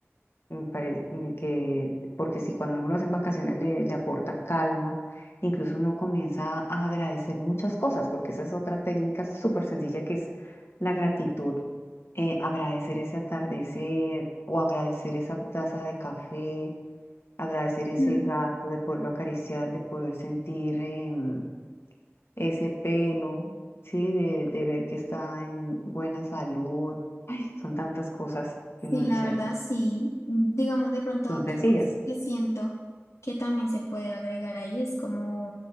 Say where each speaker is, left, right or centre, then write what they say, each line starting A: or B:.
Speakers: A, on the left; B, on the left.
A: Me parece que, porque si cuando uno lo hace en vacaciones le, le aporta calma, incluso uno comienza a agradecer muchas cosas, porque esa es otra técnica súper sencilla que es la gratitud. Eh, agradecer ese atardecer o agradecer esa taza de café, agradecer ese
B: mm.
A: gato, de poderlo acariciar, de poder sentir em, ese pelo, ¿sí? De, de ver que está en buena salud. Ay, son tantas cosas que uno
B: Sí,
A: dice,
B: la verdad, sí. Digamos de pronto
A: son
B: otra
A: sencillas.
B: cosa que siento que también se puede agregar ahí es como,